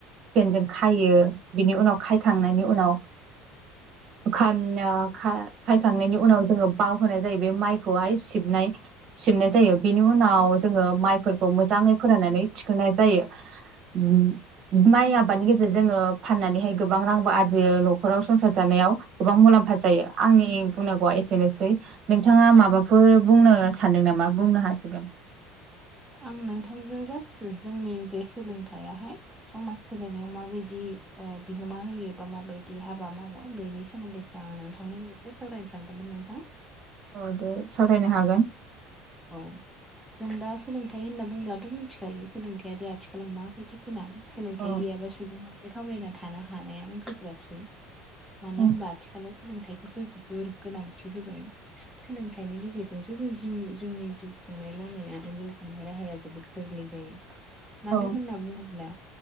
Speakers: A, on the right; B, in the centre.
A: हुखेनजों खायो बिनि उनाव खायखांनायनि उनाव खान ओह खा-खायखांनायनि उनाव जोङो बाव होनाय जायो बे माइखौहाय। सिबनाय सिबनाय जायो बेनि उनाव जोङो माइफोरखौ मोजाङै फोराननानै थिखांनाय जायो। उम माइ आबादनि गेजेरजों जोङो फाननानैहाय गोबां रांबो आरजियो न'खराव संसार जानायाव गोबां मुलाम्फा जायो आंनि बुंनांगौआ एसेनोसै नोंथाङा माबाफोर बुंनो सानदों नामा बुंनो हासिगोन।
B: आं नोंथांजों जोंनि जे सोलोंथाइयाहाय समाज सोलायनायाव माबायदि ओ बिहोमा होयो बा माबायदि हाबा मावो बेनि सोमोन्दैसो आङो नोंथांनि एसो सावरायनो सानदोंमोन नोंथां।
A: अ' दे सावरायनो हागोन।
B: औ जों दा सोलोंथाइ होनना बुंब्लाथ' मिनथिखायो सोलोंथाइयादि आथिखालाव माबायदि गोनां सोलोंथाइ
A: औ
B: गैयाबा सुबुं मानसिया थावरिना थानो हानायानो गोब्राबसै। मानो
A: औ
B: होनबा आथिखालाव सोलोंथाइ खौसो जोबोर गोनांथि होबाय सोलोंथाइनि गेजेरजोंसो जों जिउनि जोंनि जिउ खुंनाय लामाया जिउ खुंनाय राहाया जोबोद गोरलै जायो। मानो
A: औ
B: होनना बुङोब्ला